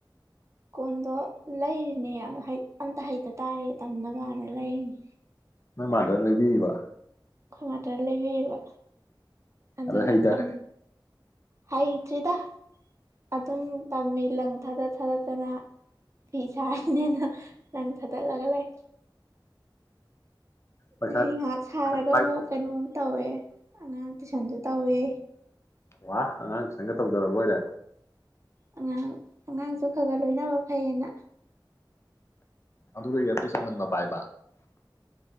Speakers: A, on the right; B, on the left.
A: ꯀꯣꯟꯗꯣ ꯂꯩꯔꯤꯅꯦ ꯑꯪ ꯍꯩ ꯑꯝꯇ ꯍꯩꯇ ꯇꯥꯔꯦ ꯇꯝꯅꯕꯅ ꯂꯩꯔꯤꯅꯤ
B: ꯅꯣꯏ ꯃꯥꯗꯔꯅ ꯂꯩꯕꯤꯔꯤꯕ
A: ꯈꯣꯏ ꯃꯥꯗꯔꯅ ꯂꯩꯕꯤꯔꯤꯕ ꯑꯗꯨꯒ
B: ꯑꯗꯩ ꯍꯩꯊꯔꯦ
A: ꯇꯝꯃꯤ ꯍꯩꯇ꯭ꯔꯤꯗ ꯑꯗꯨꯝ ꯇꯝꯃꯤ ꯂꯪ ꯊꯥꯗꯠ ꯊꯥꯗꯠꯇꯅ ꯐꯤ ꯁꯥꯔꯤꯅꯦꯅ ꯂꯪ ꯊꯠ ꯭ ꯇꯠꯂꯒ ꯂꯩ
B: ꯄꯩꯁꯥ
A: ꯆꯍꯤ ꯉꯥꯏꯍꯥꯛ ꯁꯥꯔꯒ
B: ꯄꯩꯁꯥ
A: ꯑꯃꯨꯛ ꯀꯩꯅꯣꯝ ꯇꯧꯋꯦ ꯑꯉꯥꯡ ꯇꯨꯏꯁꯟꯁꯖꯨ ꯇꯧꯋꯦ
B: ꯋꯥ ꯑꯉꯥꯡ ꯇꯨꯏꯁꯟꯒ ꯇꯧꯗꯔꯕ ꯑꯣꯏꯔꯦ
A: ꯑꯉꯥꯡ ꯑꯉꯥꯡꯖꯨ ꯈꯔꯒ ꯂꯣꯏꯅꯕ ꯐꯩꯌꯦꯅ
B: ꯑꯗꯨꯒ ꯏꯌꯥꯔꯄꯤꯁ ꯑꯃꯟꯕ ꯄꯥꯏꯕ